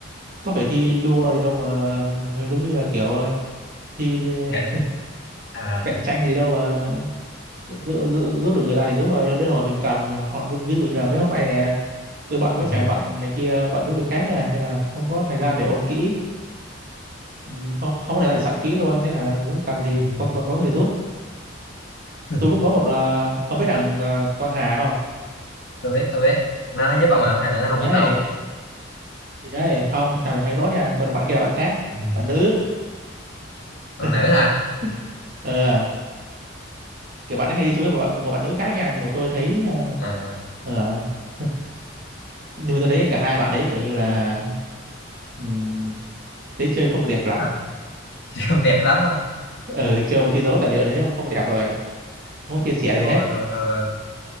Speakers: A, on the right; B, on the left.
A: có phải thi đua gì đâu mà giống như là kiểu ờ, thi
B: Cảm-
A: ờ,
B: à
A: cạnh tranh gì đâu mà giữ, giữ, giữ được người ta thì giúp rồi đến hồi mình cần họ ví dụ như là mấy hôm nay này tôi bận quá
B: Ừ.
A: trời bận này kia bận mấy việc khác rồi nên là không có thời gian để ôn kỹ Ừ, không không có thể để sẵn kỹ luôn nên là lúc cần thì
B: Ừ.
A: có còn có người giúp
B: <laughs>
A: tôi cũng có một ờ, ông biết thằng ờ, Quang Hà không
B: tôi biết tôi biết nó giúp ông hả hay là nó không
A: thì đấy
B: giúp ông
A: thì đấy không thằng này thầy tốt nha còn bạn kia là bạn khác
B: ừ.
A: bạn nữ <laughs>
B: còn nữ hả
A: ờ kiểu bạn ấy hay đi chung với một bạn một bạn nữ khác nha nhưng mà tôi thấy ờ,
B: à
A: ờ, <laughs> nhưng mà tôi thấy cả hai bạn ấy kiểu như là um, tế chơi không được đẹp lắm
B: sao <laughs> chị không đẹp lắm á
A: ờ chơi mà chưa giấu tài liệu đấy không không đẹp rồi không có chia sẻ
B: thua
A: gì hết
B: thua thua